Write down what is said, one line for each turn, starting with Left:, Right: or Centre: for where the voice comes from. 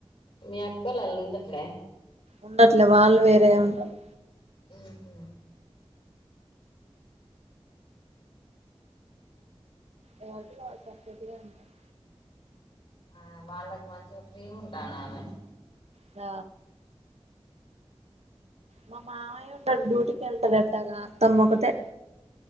Left: మీ అత్తోళ్ళు అంళ్ళ ఉండట్లే
Right: ఉండట్లే వాళ్ళు వేరే ఉంటాళు
Left: హ్మ్ హు
Right: ఎవరికి వారు సపరేట్ గానే ఉంటరు.
Left: ఆ వాళ్ళకి మంచిగా ఫ్రీ ఉండాలే
Right: ఆ మా మామయ్య ఉండడు డ్యూటీ కి ఎళ్తడు. ఎట్టగా అత్తమ్మొకతే